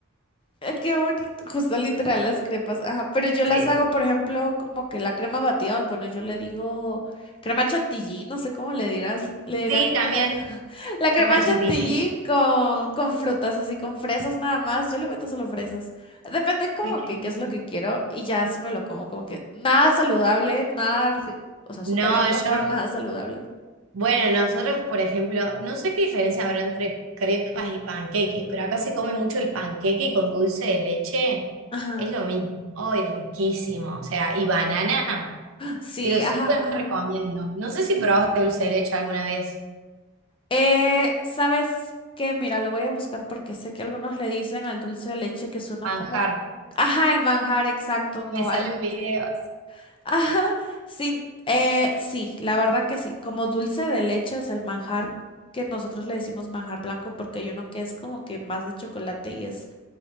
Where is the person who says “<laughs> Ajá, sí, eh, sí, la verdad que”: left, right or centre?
Left